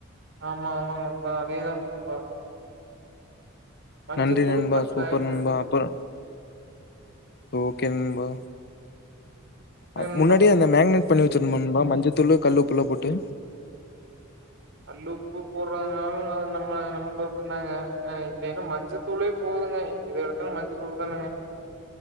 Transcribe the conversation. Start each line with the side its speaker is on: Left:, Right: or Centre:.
Right: ஆமா ஆமாங்க நண்பா அதேதாங் நண்பா மஞ்சத்தூள்
Left: நன்றி நண்பா
Right: கட்டாயம்
Left: சூப்பர் நண்பா அப்புற ஓகே நண்பா அ
Right: ஏன் நண்பா
Left: முன்னாடியே அந்த மேக்னேட் பண்ணி வச்சிடணும் நண்பா மஞ்சத்தூள் கல்லு உப்பெல்லாம் போட்டு
Right: ல் உப்பு போடுறதுனாலது நம்ம நம்மப்பந்தாங்க இல்லன்னா மஞ்சத்தூளே போதுங்க இத எடுத்தா மஞ்ச தூள்தாங்க